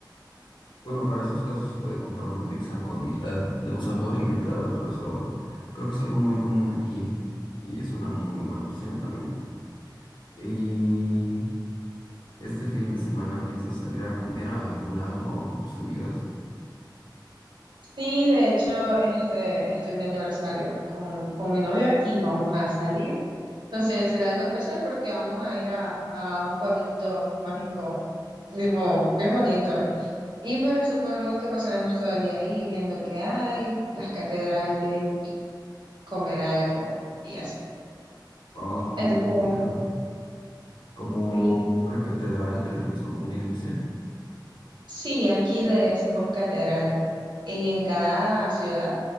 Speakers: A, on the left; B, on the right.
A: Bueno, para esos casos se puede comprar una pizza con mitad de un sabor y mitad de otro sabor. Creo que es algo muy común aquí y es una muy buena opción también. ¿Y este fin de semana piensas salir a comer a algún lado o con tus amigas?
B: Sí, de hecho, este, estoy de aniversario con, con mi novio y vamos a salir. Entonces será algo especial porque vamos a ir a, a un pueblito mágico, tipo, bien bonito. Y pues supongo que pasaremos todo el día ahí viendo el que hay, las catedrales y comer algo y así.
A: Oh, qué
B: Entonces,
A: divertido. ¿Como
B: sí,
A: una catedral? ¿Te refieres como una iglesia?
B: sí, aquí le decimos catedrales y en cada ciudad